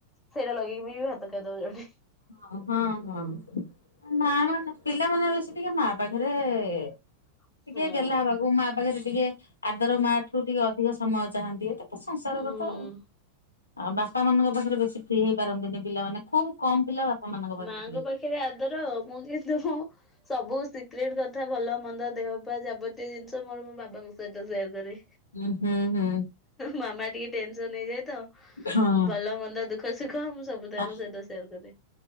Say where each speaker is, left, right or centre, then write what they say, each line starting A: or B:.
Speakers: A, on the left; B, on the left.
A: ସେଇଟା ଲଗେଇକି ବି ଭାତ ଖାଇଦବ ଜଣେ।
B: ହଁ ହଁ। ନା ନାନା ପିଲାମାନେ ବେଶୀ ଟିକେ ମା ପାଖରେ ଟିକେ
A: ହଁ।
B: ଗେଲ ହବାକୁ ମା ପାଖରେ ଟିକେ ଆଦର ମା ଠୁ ଟିକେ ଅଧିକ ସମୟ ଚାହାନ୍ତି। ଏଇଟା ତ ସଂସାର
A: ହୁଁ
B: କଥା ଆଉ। ଆଉ ବାପା ମାନଙ୍କ ପାଖରେ ବେଶୀ ଫ୍ରୀ ହେଇ ପାରନ୍ତିନି ପିଲାମାନେ। ଖୁବ୍ କମ ପିଲା ବାପା ମାନଙ୍କ ପାଖରେ
A: ମାଙ୍କ
B: ଫ୍ରି ହୁଅନ୍ତି।
A: ପାଖରେ ଆଦର, ମୁଁ କିନ୍ତୁ ସବୁ ସିକ୍ରେଟ କଥା ଭଲ ମନ୍ଦ ଦେହ ପା ଯାବତୀୟ ଜିନିଷ ମୋର ମୋ ବାବାଙ୍କ ସହିତ ସେୟାର କରେ।
B: ଉଁ ହୁଁ ହୁଁ।
A: ମାମା ଟିକେ ଟେନସନ ହେଇଯାଏ ତ,
B: ହଁ।
A: ଭଲ ମନ୍ଦ ଦୁଃଖ ଦୁଃଖ, ସୁଖ ମୁଁ ସବୁ ତାଙ୍କ
B: ଆ
A: ସହିତ ସେୟାର କରେ।